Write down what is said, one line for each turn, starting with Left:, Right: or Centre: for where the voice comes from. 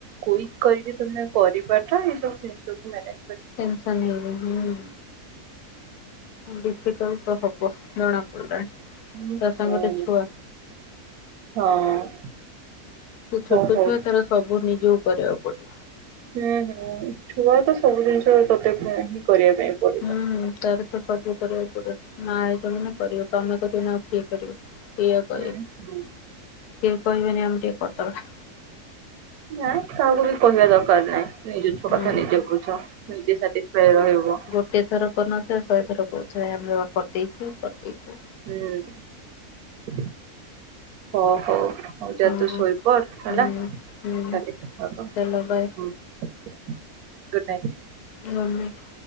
Right: କ୍ୱିକ୍ କରିକି ତମେ କରିବାଟା, ଏଇ ସବୁ ଜିନିଷକୁ ମାନେଜ
Left: ଟେନ୍ସନ୍ ହେଇକି ହୁଁ, ଡିଫିକଲ୍ଟ ତ ହବ ଜଣା ପଡିଲାଣି
Right: ହୁଁ
Left: ତା ସାଙ୍ଗରେ
Right: ହୁଁ ହୁଁ
Left: ଛୁଆ
Right: ହଁ।
Left: ତୁ ଛୋଟ
Right: ହଉ ହଉ।
Left: ଛୁଆ ତାର ସବୁ ନିଜକୁ କରିବାକୁ ପଡିବ।
Right: ହୁଁ ହୁଁ, ଛୁଆ ତ ସବୁ ଜିନିଷ ତତେ ହୁଁ ହିଁ କରିବା ପାଇଁ ପଡ
Left: ହୁଁ, ତାର ତ ସବୁ କରିବାକୁ ପଡିବ। ମା ହେଇଚ ମାନେ କରିବ ତମେ କରିବନି ଆଉ କିଏ କରିବେ, ଏଇଆ କହିବେ।
Right: ହୁଁ ହୁଁ
Left: କିଏ କହିବେନି ଆମେ ଟିକେ କରିଦବା।
Right: ନାଁ କାହାକୁ ବି କହିବା ଦରକାର ନାଇ। ନିଜ ଛୁଆ
Left: ହୁଁ।
Right: କଥା ନିଜେ ବୁଝ ନିଜେ ସାଟିସ୍ଫାଏ ରହିବ।
Left: ଗୋଟଏ ଥର କରିନଥିବେ, ଶହେ ଥର କହୁଥିବେ ଆମେ ବା କରିଦେଇଚୁ କରିଦେଇଚୁ।
Right: ହୁଁ, ହ ହୋଉ। ହୋଉ ଯା
Left: ହଁ
Right: ତୁ ଶୋଇପଡ୍ ହେଲା,
Left: ହୁଁ
Right: କାଲି
Left: ହୁଁ
Right: କଥା ହବା ଆଉ
Left: ଚାଲ ବାଏ
Right: ହୁଁ। Good night.
Left: Good night.